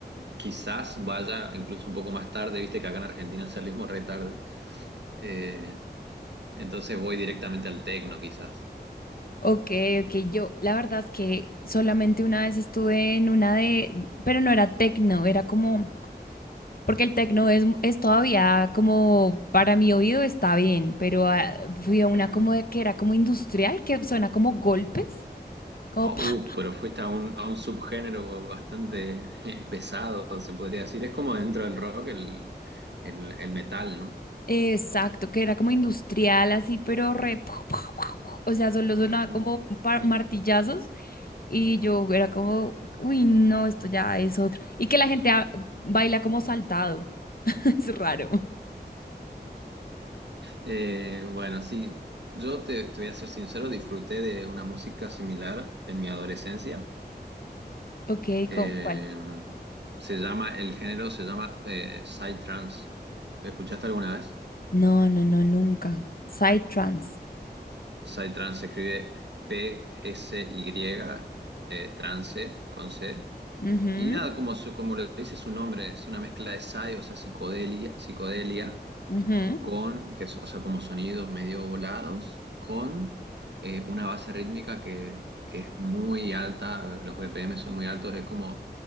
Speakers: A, on the right; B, on the left.
A: quizás vaya incluso un poco más tarde, viste que acá en Argentina salimos re tarde. Eh, entonces voy directamente al techno, quizás.
B: ok, ok. Yo, la verdad es que solamente una vez estuve en una de, pero no era techno, era como Porque el tecno es, es todavía como, para mi oído está bien, pero ah, fui a una
A: Ujú.
B: como de- que era como industrial, que suena como golpes, como
A: Ah,
B: pa,
A: Uh, pero fuiste a un, a un subgénero bastante eh, pesado, se podría decir. Es como dentro del rock el, el, el metal, ¿no?
B: exacto, que era como industrial así, pero re, pu- pu- pu- pu, o sea, solo sonaba
A: <laughs>
B: como pa- martillazos y yo era como, uy, no, esto ya es otro. Y que la gente ah, baila como saltado, <laughs> es raro.
A: Eh, bueno, sí, yo te, te voy a ser sincero, disfruté de una música similar en mi adolescencia.
B: Ok,
A: Eh,
B: ¿con cuál?
A: se llama, el género se llama eh, psytrance. ¿Escuchaste alguna vez?
B: No, no, no, nunca. Side trance.
A: Psytrance se escribe P-S-Y, eh, trance con C.
B: Ujú,
A: Y nada, como, su- como lo dice su nombre, es una mezcla de psy, o sea, psicodelia, psicodelia
B: ujú.
A: con, que es- o sea, como sonidos medio volados, con eh, una base rítmica que, que es muy alta, eh, los BPM son muy altos, es como